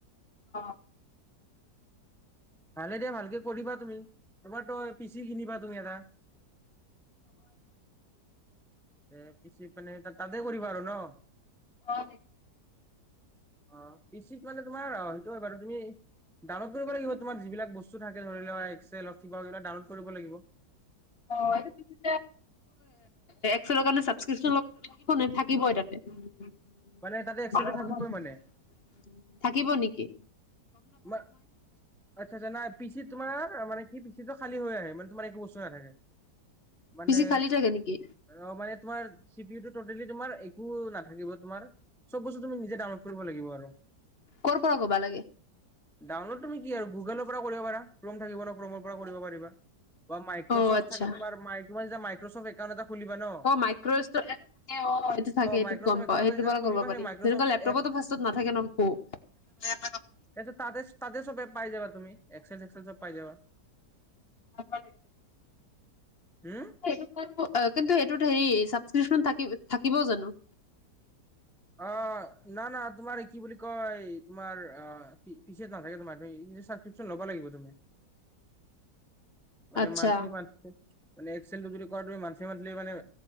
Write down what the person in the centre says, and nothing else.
ভালে দিয়া ভালকে কৰিবা তুমি, তোমাৰ তো পিচি কিনিবা তুমি এটা, তে পিচি মানে তাতে কৰিবা আৰু ন?
অ', পি চি ত মানে তোমাৰ, সেইটো হয় বাৰু তুমি ডাউনলোড কৰিব লাগিব তোমাৰ যিবিলাক বস্তু থাকে ধৰি লোৱা এক্সেল হওক কিবা হওক সেইবিলাক ডাউনলোড কৰিব লাগিব।
মানে তাতে এক্সেলটো থাকিবই মানে
মা, আটচ্ছা-চ্ছা নাই, পি চিত তোমাৰ মানে কি পি চি টো খালী হৈ আহে মা তোমাৰ একো বস্তু নাথাকে মানে,
অ', মানে তোমাৰ চি পি ও টো ত'তেলি একো নাথাকিব তোমাৰ চব বস্তু তুমি নিজে ডাউনলোড কৰিব লাগিব আৰু
ডাউনলোড তুমি কি আৰু গোগলৰ পৰা কৰিব পাৰা, ক্ৰম থাকিব নহয় ক্ৰমৰ পৰা কৰিব পাৰি বা মাইক্ৰচফট
থাকে তোমাৰ, মাইক তোমাৰ যেতিয়া মাইক চফ্ট একাউণ্ট এটা খুলিবা ন
মাইক্ৰচফ্ট
একাউণ্ট
এটা
যেতিয়া
খুলিবা
সেই
মাইক্ৰচফ্ট
এপ
এটো তাতে-তাতে চবে পাই যাবা তুমি, এক্সেল সেক্সেল চব পাই যাবা
হুম
অ', ন ন তোমাৰ কি বুলি কয় তোমাৰ পিচিঅ'ত নাথাকে তোমাৰ ছাবক্ৰিপচন ল'ব লাগিব তুমি। মানে
মান্থলি মান্থলি মানে এক্সেলটো যদি কৰা তুমি মান্থলি মান্থলি মা এ